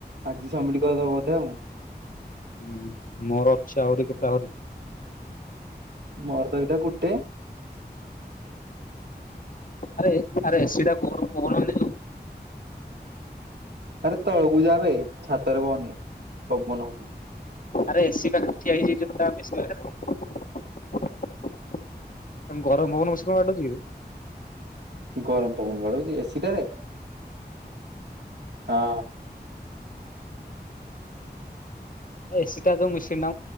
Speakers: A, on the right; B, on the left.
A: ଆଜି ସବମିଟ କରିଦବ ବୋଧେ ଆଉ।
B: ହୁଁ ମୋର ଅଛ ଆହୁରି କେତେ ଆହୁରି
A: ମୋର ତ ଏଟା ଗୋଟେ
B: ଆରେ ଆରେ ଏ ସି ଟା କୁଆଡେ ପବନ ହଉନି
A: ଆରେ ତଳକୁ ଯାବେ ଛାତରେ ହୁଏନି ପବନ।
B: ଆରେ ଏସି ପାଖରେ ଠିଆ ହେଇଯାଇ ଯୋଉ ଏସି ପାଖରେ <unintelligible> ଏମ ଗରମ ପବନ ମସ ବାଟୁଛି କି?
A: ଗରମ ପବନ ବଡଉଛି ଏସି ଟାରେ ହଁ।
B: ଏ ସସି ଟା ଯୋ ମ ମିସିନ୍